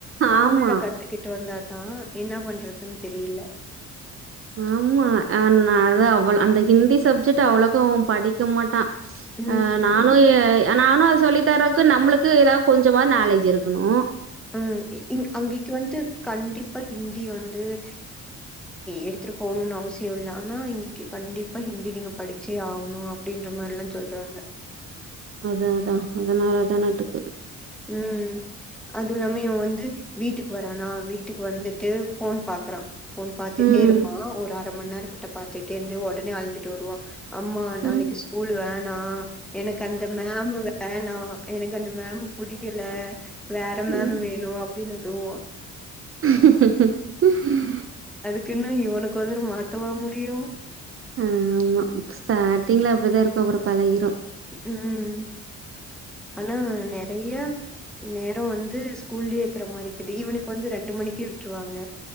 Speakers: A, in the centre; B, on the right.
A: ஸ்கூல்ல
B: ஆமா
A: கத்துக்கிட்டு வந்தா தான் என்ன பண்றதுன்னு தெரியல
B: ஆம்மா <unintelligible> அந்த ஹிந்தி சப்ஜெக்ட் அவ்ளக்கு படிக்க மாட்டான்
A: ம்.
B: அஹ் நானும் ஏய் நானு அது சொல்லி தரக்கு நம்மளுக்கு எதோ கொஞ்சமா நாலேஜ் இருக்குணு
A: ம் இங் அங்கைக்கு வந்து கண்டிப்பா இங் ஹிந்தி வந்து <unintelligible> எடுத்துட்டு போணுன்னு அவசியோயில்ல ஆனா இங்கைக்கு கண்டிப்பா ஹிந்தி நீங்க படிச்சே ஆவுணு அப்படின்ற மாரிலாம் சொல்றாங்க
B: அதுஅதான் அதனாலதான் நாட்டுக்கு
A: உம் அதுல்லாமே இவன் வந்து வீட்டுக்கு வரானா வீ இப்ப வந்துட்டு ஃபோன் பாக்குறான் ஃபோன் பாத்துட்டே
B: ம்
A: இருப்பான் ஒரு அர் ரொம்பநேரம் கிட்ட பாத்துட்டே இருந்து உடனே அழுத்துட்டு வருவான் அம்மா நாளைக்கு
B: ம்
A: ஸ்கூல் வேணா எனக்கு அந்த மேம் வேணாம் எனக்கு அந்த மேம் புடிக்கல வேற மேம்
B: ம்.
A: வேணும் அப்படின்னுதுவ
B: <unintelligible>
A: அதுக்ன்னு இவனுக்கு உசுறு மாத்தவ முடியும்
B: அஹ்ன் ஆமா ஸ்டார்ட்டிங்ல அப்டிதான் இருக்கு அப்புற பழகிரு
A: உம் ஆனா நிறைய நேரம் வந்த் இது ஸ்கூலே இருக்கிற மாரி இது இவனுக்கு வந்து ரெண்டு எட்டு மணிக்கே விட்டுறுவாங்க